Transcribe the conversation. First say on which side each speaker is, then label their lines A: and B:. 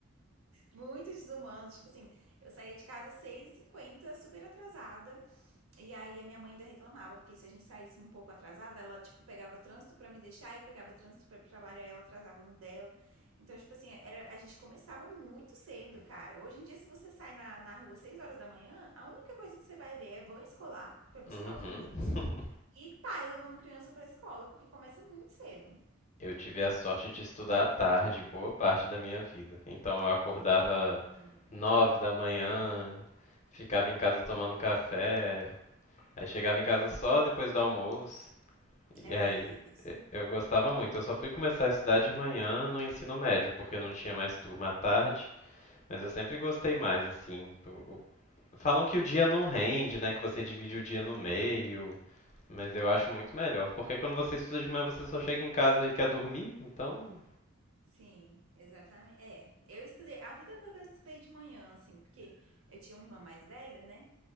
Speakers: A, on the right; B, on the left.
A: Muito desumano. Tipo assim, eu saía de casa seis 6 h super atrasada. E aí a minha mãe ainda reclamava, porque se a gente saísse um pouco atrasada, ela, tipo, pegava trânsito pra me deixar e pegava trânsito pra ir pro trabalho, aí ela atrasava no dela. Então, tipo assim, era, a gente começava muito cedo, cara. Hoje em dia, se você sai na, na rua 6 horas da manhã, a única coisa que você vai ver é van escolar pra buscar
B: Uhum.
A: os meninos.
B: <laughs>
A: E pai levando criança pra escola, porque começa muito cedo.
B: Eu tive a sorte de estudar à tarde boa parte da minha vida. Então eu acordava
A: Hum.
B: nove da manhã, ficava em casa tomando café, aí chegava em casa só depois do almoço.
A: É,
B: E aí,
A: isso.
B: e- eu gostava muito. Eu só fui começar a estudar de manhã no ensino médio, porque eu não tinha mais turma à tarde, mas eu sempre gostei mais, assim. o- o- Falam que o dia não rende, né? Que você divide o dia no meio, mas eu acho muito melhor, porque quando você estuda de manhã, você só chega em casa e quer dormir, então.
A: Sim, exatamente. É, eu estudei, a vida toda eu estudei de manhã, assim, porque eu tinha uma irmã mais velha, né?